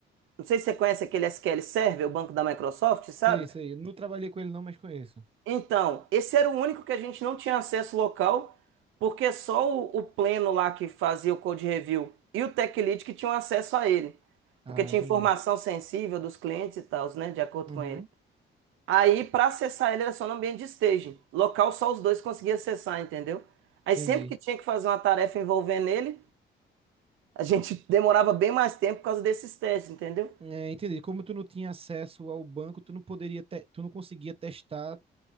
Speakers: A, on the right; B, on the right.
A: não sei se você conhece aquele SQL Server, o banco da Microsoft, sabe?
B: Sei, sei. Eu Não trabalhei com ele não, mas conheço.
A: Então, esse era o único que a gente não tinha acesso local, porque só o, o pleno lá que fazia o code review e o tech lead que tinham acesso a ele, porque
B: Ah,
A: tinha
B: entendi.
A: informação sensível dos clientes e tal, né, de acordo
B: Uhum.
A: com ele. Aí, para acessar ele, era só no ambiente de staging. Local, só os dois conseguiam acessar, entendeu? Aí,
B: Entendi.
A: sempre que tinha que fazer uma tarefa envolvendo ele, a gente <laughs> demorava bem mais tempo por causa desses testes, entendeu?
B: É, entendi. Como tu não tinha acesso ao banco, tu não poderia te... tu não conseguia testar